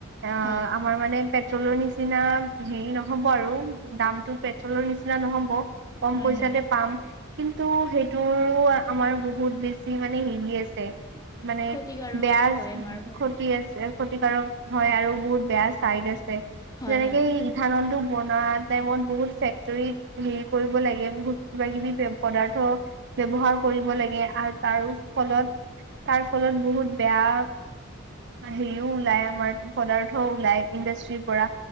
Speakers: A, on the right (about 55°); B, on the left (about 15°).
A: আহ
B: হয়
A: আমাৰ মানে পেট্ৰলৰ নিচিনা হেৰি নহব আৰু দামতটো পেট্ৰলৰ নিচিনা নহ'ব। কম
B: হয়
A: পইচাতে
B: হয়
A: পাম। কিন্তু সেইটোৰ আমাৰ বহুত বেছি মানে হেৰি আছে। মানে,
B: ক্ষতিকাৰকো
A: বেয়া
B: হয় আমাৰ বাবে
A: ক্ষতি আছে। ক্ষতিকাৰক হয় আৰু বহুত বেয়া চাইড আছে,
B: হয়
A: যেনেকে
B: হয়
A: ধানলটো বনোৱা টাইমত বহুত ফেক্টৰীত হেৰি কৰিব লাগে বহুত কিবা কিবি পদাৰ্থ ব্যৱহাৰ কৰিব লাগে, আৰু তাৰো ফলত তাৰ ফলত বহুত বেয়া হেৰিও ওলাই আমাৰ পদাৰ্থ ওলাই ইণ্ডাষ্ট্ৰিৰ পৰা।